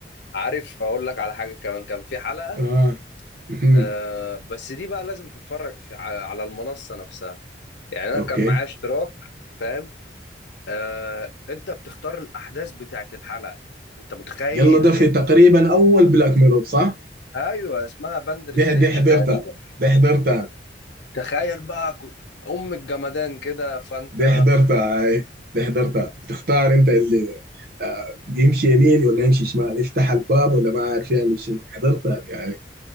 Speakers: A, on the left; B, on the right.
A: عارف اقول لك على حاجه كمان كان في حلقه
B: اه مهم.
A: آه بس دي بقى لازم تتفرج في ع- على المنصه نفسها يعني انا
B: اوكي
A: كان معايا اشتراك فاهم آه انت بتختار الاحداث بتاعت الحلقه انت متخيل
B: يلا ده في
A: ال...
B: تقريبا اول بلاك ميرور صح؟
A: ايوه اسمها باندر
B: دي
A: سنيتش
B: دي حضرتها
A: تقريبا
B: دي حضرتها
A: تخيل بقى ك- ام الجمدان كده فانت
B: دي حضرتها هاي دي حضرتها بتختار انت اللي آه يمشي يمين ولا يمشي شمال يفتح الباب ولا ما عارف يعمل شنو حضرتها دي هاي